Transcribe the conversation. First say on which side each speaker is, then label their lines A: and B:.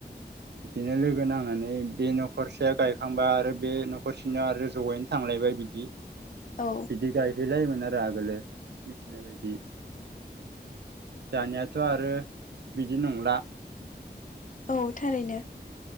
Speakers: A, on the right; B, on the left.
A: बिदिनो लोगो नांनानै बे नखरसेया गायखांबा आरो बे नखरसेनि आरो जयैनो थांलायबाय बिदि।
B: औ
A: बिदि गायहै लायो मोन आरो आगोलो मिथिनाय बायदि दानियाथ आरो बिदि नंला।
B: औ थारैनो।